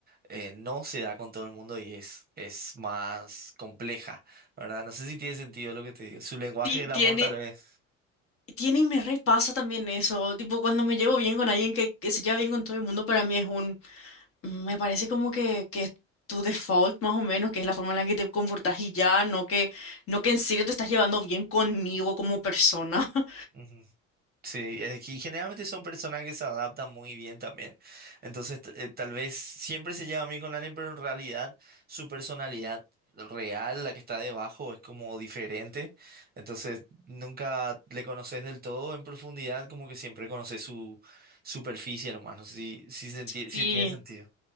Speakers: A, on the right; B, on the left.
A: eh, no se da con todo el mundo y es, es más compleja, ¿verdad? No sé si tiene sentido lo que te digo. Su lenguaje
B: ti-
A: del amor
B: tiene,
A: tal vez.
B: tiene y me repasa también eso. Tipo, cuando me llevo bien con alguien que, que se lleva bien con todo el mundo, para mí es un, Me parece como que, que es tu default más o menos, que es la forma en la que te comportas y ya, no que, no que en serio te estás llevando bien conmigo como persona. <laughs>
A: Ujú. Sí, es generalmente son personas que se adaptan muy bien también. Entonces, t- eh, tal vez siempre se lleva bien con alguien, pero en realidad su personalidad real, la que está debajo, es como diferente. Entonces, nunca le conoces del todo en profundidad, como que siempre conoces su superficie, hermano. Sí, sí, senti-
B: Sí.
A: sí tiene sentido.